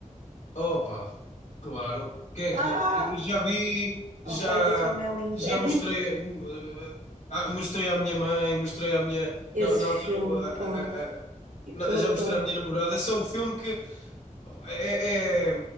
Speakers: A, on the left; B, on the right.
A: Opa, claro. Quem é
B: Ah!
A: que não? Eu já vi,
B: Oh,
A: já,
B: pá, esse filme é lindo.
A: já
B: É
A: mostrei,
B: muito...
A: hum, eh, ah, mostrei à minha mãe, mostrei à minha.
B: Esse
A: Na, na
B: filme,
A: altura, ah,
B: pá.
A: ah, ah, na-
B: Eu
A: já
B: adoro.
A: mostrei à minha namorada. Esse é um filme que opa, é, é-